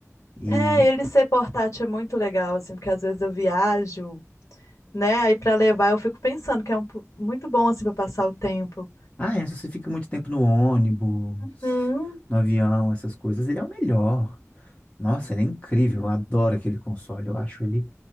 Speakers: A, on the left; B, on the left.
A: E
B: É, ele ser portátil é muito legal, assim, porque às vezes eu viajo né? Aí para levar, eu fico pensando que é um, pu- muito bom assim para passar o tempo.
A: ah, é, se você fica muito tempo no ônibus,
B: Uhum,
A: no avião, essas coisas, ele é o melhor. Nossa, ele é incrível. Eu adoro aquele console. Eu acho ele